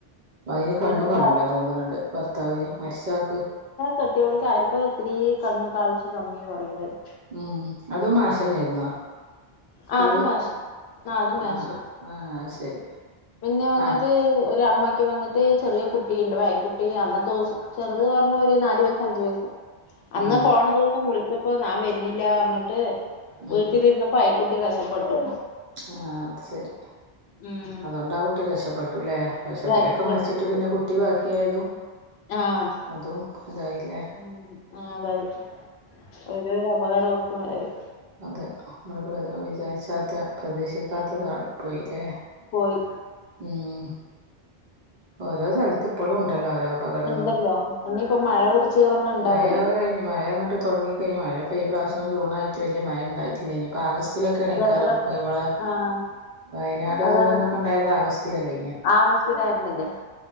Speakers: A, on the right; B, on the left.
A: അതിന് കണ്ണും
B: വീടെടുത്ത
A: കാണൂലന്ന് തോന്നണുണ്ട് ഭർത്താവിന് മരിചാക്ക്.
B: കുട്ട്യോള്ക്ക്‌ ആരിക്കൊ ഒത്തിരി കണ്ണ് കാഴ്ച കമ്മിന്ന് പറയ്ണ് ണ്ട്.
A: ഉം അതും മാഷ് തന്നൊയിര്ന്നോ സ്കൂളില്.
B: ആഹ് അത് മാഷ് ആഹ് അത് മാഷ്
A: ആഹ ഹ. ആഹ് ശരി.
B: പിന്നെ വന്നിട്ട്
A: ആഹ്
B: ഒരമ്മക്ക് വന്നി ട്ടി ചെറിയ കുട്ടിയുണ്ട് വായക്കുട്ടി അന്നത്തെ ദിവസം ചെറുത് പറഞ്ഞ ഒരു നാല് വയസ്, അഞ്ച് വയസ്. അന്ന്
A: ഉം
B: പോണ ദിവസം വിളിച്ചപ്പോ ഞാൻ വര്ണില്ല പറഞ്ഞിട്ട് വീട്ടിലിരുന്നപ്പോ
A: ഉം
B: അയ്ക്കുട്ടി വെഷ പ്പെട്ടു.
A: ആ അത് ശരി.
B: ഉം
A: അതോണ്ട് ആ കുട്ടി രക്ഷപ്പെട്ടുല്ലെ പക്ഷേ
B: രക്ഷ-
A: ഇവരൊക്കെ
B: രക്ഷപ്പെട്ടു
A: മരിച്ചിട്ട് പിന്നെ കുട്ടി ബാക്കിയായതും.
B: ആഹ്
A: അതും ഇതായി ലെ.
B: ഉം ആ അതായി ഒരു, ഒരു അപകടം ഒത്ത് വരും.
A: അതെ നമ്മൾ പ്ര വിചാരിച്ചാത്ത പ്രതീശിക്കാത്തതായി പോയി ലെ.
B: പോയി.
A: ഉം. ഓരോ സ്ഥലത്ത് ഇപ്പളും ഉണ്ടല്ലോ ഓരോ. അപകടങ്ങള്
B: ഉണ്ടല്ലോ ഇനിയിപ്പോ മഴ പിടിച്ച് പറഞ്ഞാ ഉണ്ടാകുമല്ലോ
A: മഴയോ കഴിഞ്ഞ് മഴങ്ങട്ട്. തൊടങ്ങി കഴിഞ്ഞ് മഴ ഇപ്പം ഈ പ്രാവശ്യം ജൂണായിട്ട് വല്യ മഴ ഇണ്ടായി ഇല്ല ഇനിയിപ്പ ആഗസ്റ്റിലൊക്കെയാണെക്കാരം
B: അതപ്പതാ
A: ഞമ്മളെ
B: ആഹ്
A: വയനാട്
B: അതാണ്
A: ദുരന്തൊക്കെ ഇണ്ടായത് ആഗസ്റ്റ്. സ്റ്റില്ലായ്നൊ.
B: ആഗസ്റ്റിലായിരുന്നില്ലേ